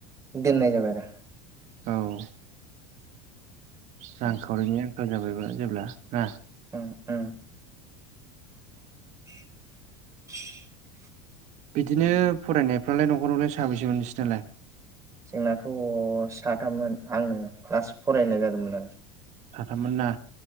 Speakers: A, on the right (about 20°); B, on the right (about 50°).
A: दोननाय जाबाय आरो।
B: औ रांखावरिनि
A: उम
B: आंखाल जाबायबा जेब्ला ना?
A: उम उम <unintelligible>
B: बिदिनो फरायनायफ्रालाय न'खरावलाय साबेसेमोन नोंसिनालाय?
A: जोंनाथ' साथाममोन आंनो क्लास फरायनाय जादोंमोन आरो।
B: साथाममोन ना?